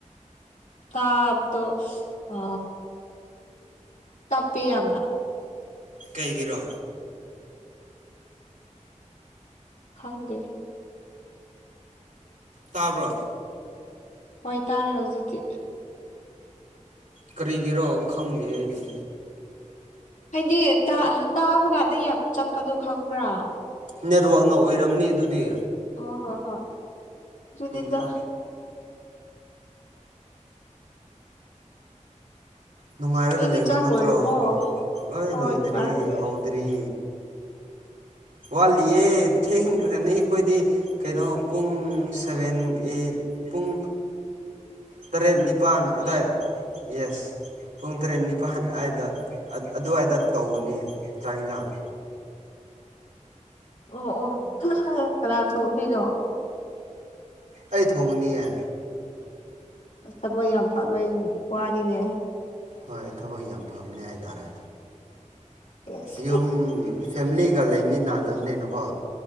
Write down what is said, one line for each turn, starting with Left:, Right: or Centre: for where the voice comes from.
Left: ꯇꯥꯕꯗꯣ ꯑ ꯇꯞꯄꯦ ꯌꯥꯝꯅ
Right: ꯀꯩꯒꯤꯔꯣ
Left: ꯈꯪꯗꯦ
Right: ꯇꯥꯕ꯭ꯔꯣ
Left: ꯍꯣꯏ ꯇꯥꯔꯦ ꯍꯧꯖꯤꯛꯇꯤ
Right: ꯀꯔꯤꯒꯤꯔꯣ ꯈꯪꯗꯦ ꯑꯩꯗꯤ
Left: ꯍꯥꯏꯗꯤ ꯇꯥꯕ ꯀꯥꯟꯗ ꯌꯥꯝ ꯆꯠꯄꯗꯣ ꯈꯪꯕ꯭ꯔꯥ
Right: ꯅꯦꯠꯋꯥꯛꯅ ꯑꯣꯏꯔꯝꯅꯤ ꯑꯗꯨꯗꯤ
Left: ꯑꯣ ꯍꯣꯏ ꯍꯣꯏ ꯑꯗꯨꯨꯅꯤꯗ
Right: ꯎꯝ ꯅꯨꯡꯉꯥꯏꯔꯒ
Left: ꯅꯣꯏꯗꯤ
Right: ꯂꯩꯕ
Left: ꯆꯥꯛ
Right: ꯅꯠꯇ꯭ꯔꯣ
Left: ꯂꯣꯏꯔꯕꯣ
Right: ꯑꯩ
Left: ꯍꯣꯏ
Right: ꯂꯣꯏꯗ꯭ꯔꯤ
Left: ꯋꯥꯔꯒ ꯂꯩ
Right: ꯍꯧꯗ꯭ꯔꯤ ꯋꯥꯠꯂꯤꯌꯦ ꯊꯦꯡꯈ꯭ꯔꯅꯤ ꯑꯩꯈꯣꯏꯗꯤ ꯀꯩꯅꯣ ꯄꯨꯡ ꯁꯚꯦꯟ ꯑꯩꯠ ꯄꯨꯡ ꯇꯔꯦꯠ ꯅꯤꯄꯥꯜ ꯑꯗꯥꯏ ꯌꯦꯁ ꯄꯨꯡ ꯇꯔꯦꯠ ꯅꯤꯄꯥꯜ ꯑꯗꯏꯗ ꯑꯗꯨꯋꯥꯏꯗ ꯇꯧꯅꯤ ꯆꯥꯛ ꯌꯦꯟꯁꯥꯡ
Left: ꯑꯣ ꯑꯣ ꯀꯅꯥ ꯊꯣꯡꯗꯣꯏꯅꯣ
Right: ꯑꯩ ꯊꯣꯡꯉꯅꯤꯌꯦ
Left: ꯊꯕꯛ ꯌꯥꯝ ꯐꯕꯩ ꯋꯥꯅꯤꯅꯦ
Right: ꯍꯣꯏ ꯊꯕꯛ ꯌꯥꯝ ꯐꯕꯅꯦ ꯍꯥꯏꯇꯥꯔꯦ
Left: ꯌꯦꯁ
Right: ꯌꯨꯝ ꯐꯦꯃꯤꯂꯤꯒ ꯂꯩꯃꯤꯟꯅꯗꯕꯅꯤꯅꯀꯣ